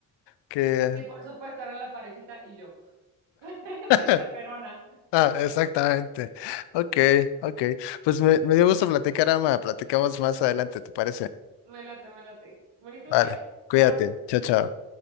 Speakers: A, on the left; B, on the right.
A: que...
B: Sí, por supuesto, era la parejita y yo, <laughs> de
A: <laughs>
B: chaperona.
A: Ah, exactamente. Ok, ok. Pues me, me dio gusto platicar, Ama. Platicamos más adelante, ¿te parece?
B: Me late, me late. Bonito
A: Vale,
B: día.
A: cuídate.
B: Chao.
A: Chao, chao.